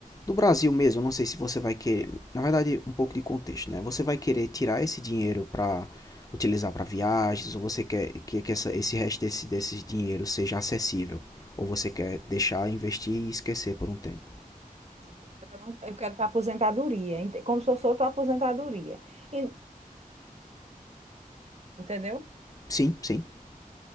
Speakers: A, on the left; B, on the right.
A: do Brasil mesmo. Eu não sei se você vai querer, na verdade, um pouco de contexto, né? Você vai querer tirar esse dinheiro para utilizar para viagens ou você quer que, que essa, esse resto desse, desse dinheiro seja acessível ou você quer deixar investir e esquecer por um tempo.
B: Eu quero, eu quero para aposentadoria, ente- como se fosse outra aposentadoria. E- entendeu?
A: Sim, sim.